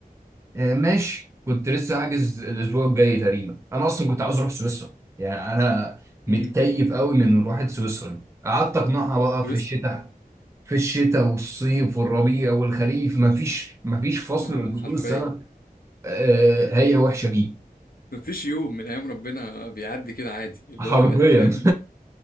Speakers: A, on the right; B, on the left.
A: آه، ماشي كنت لسه هحجز الاسبوع الجاي تقريبا انا اصلا كنت عاوز اروح سويسرا يعني انا متكيف
B: امم
A: قوي من روحة سويسرا دي قعدت اقنعها بقى
B: بس
A: في الشتاء في الشتاء والصيف والربيع والخريف مفيش مفيش فصل
B: اه
A: من فصول
B: حرفيا
A: السنة آه، هي وحشة بيه
B: مفيش يوم من ايام ربنا بيعدي كده عادي اللي
A: حرفيا
B: هو فاهم